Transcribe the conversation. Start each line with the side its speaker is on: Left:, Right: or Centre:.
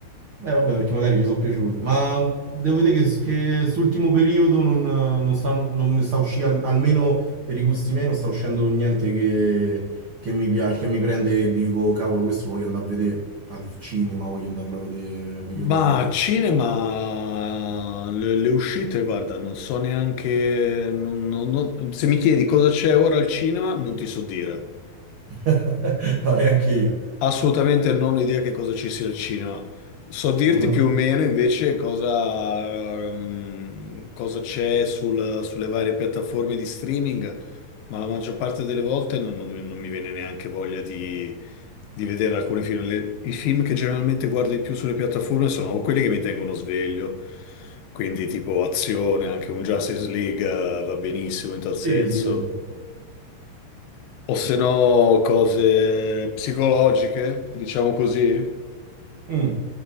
Right: Eh vabbè, perché magari ci sono piaciute, ma devo vedere che, che quest'ultimo periodo non, non sta, non mi sta uscendo, almeno per i gusti miei, non sta uscendo niente che, che mi piace, che mi prende e dico, cavolo, questo lo voglio andare a vedere al cinema, voglio andarlo a vedere, voglio
Left: Ma
Right: vederlo in TV.
Left: cinema, le, le uscite, guarda, non so neanche, non- non- non- se mi chiedi cosa c'è ora al cinema, non ti so dire.
Right: <laughs> No, neanche io.
Left: Assolutamente non ho idea che cosa ci sia il cinema. So dirti
Right: Ormai
Left: più
Right: no.
Left: o meno invece cosa, ehm, cosa c'è sul- sulle varie piattaforme di streaming, ma la maggior parte delle volte non, non mi non mi viene neanche voglia di, di vedere alcuni film. Le- i film che generalmente guardo di più sulle piattaforme sono o quelli che mi tengono sveglio, quindi tipo azione, anche un Justice League, eh, va benissimo in tal senso.
Right: Sì, sì, esatto.
Left: O se no, cose psicologiche, diciamo così.
Right: Mm,